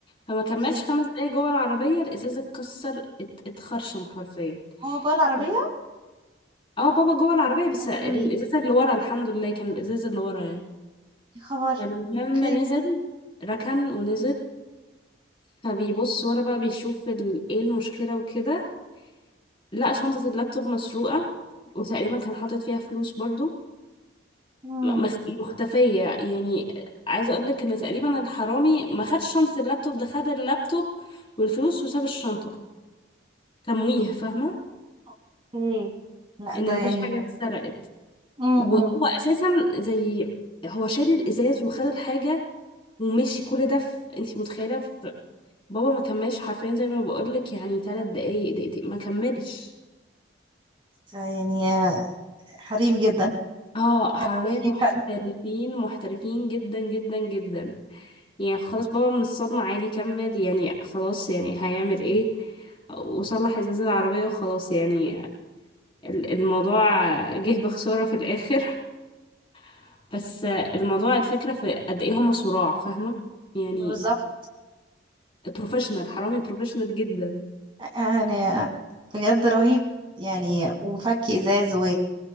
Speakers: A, on the left; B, on the right.
A: فما كملش
B: اوكي
A: خمس دقايق جوه العربية الإزازة اتكسر ات- اتخرشم حرفيا
B: هو جوه العربيه
A: <laughs> اه بابا جوه العربية بس
B: يا
A: الإزازة
B: لهوي
A: اللي ورا الحمد لله كان الإزازة اللي ورا يعني
B: يا خبر
A: فلما
B: اوكي
A: نزل ركن ونزل فبيبص ورا بقى بيشوف ال- ايه المشكلة وكده لقى شنطة اللابتوب مسروقة وتقريبا كان حاطط فيها فلوس برضو
B: امم
A: مخ- مختفية يعني عايزة اقول لك ان تقريبا الحرامي ما خدش شنطة اللابتوب ده خد اللابتوب والفلوس وساب الشنطة تمويه فاهمة
B: اوكي لا
A: ان
B: ده يعني
A: مفيش حاجة
B: يعني
A: اتسرقت
B: امم
A: وهو اساسا زي هو شال الازاز وخد الحاجة ومشي كل ده في انت متخيلة في بابا ما كملش حرفيا زي ما بقول لك يعني ثلاث دقايق دقيقتين ما كملش
B: ده يعني آه، حريف جدا
A: اه
B: حرفيين
A: حرامية محترفين
B: فعلا
A: محترفين جدا جدا جدا يعني خلاص بابا من الصدمة عادي كمل يعني خلاص يعني هيعمل ايه وصلح ازاز العربية وخلاص يعني ال- الموضوع جه بخسارة في الآخر <laughs> بس الموضوع الفكرة في قد ايه هما صراع فاهمة يعني
B: بالظبط
A: بروفيشنال حرامي بروفيشنال جدا
B: آه، يعني آه، بجد رهيب يعني وفك ازاز و